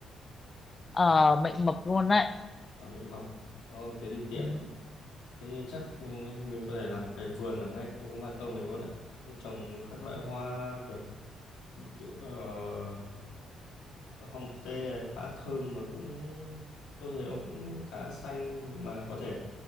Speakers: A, on the left; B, on the left.
A: Ờ, mệnh mập luôn đấy.
B: à, mệnh mộc à? Ồ, thế thì tiện
A: Ừ.
B: thế thì chắc ừ, mình có thể làm một cái vườn ở ngay khu ban công này luôn á trồng các loại hoa kiểu tự- ờ, hồng tê này khá thơm mà cũng tôi thấy nó cũng khá xanh mà có thể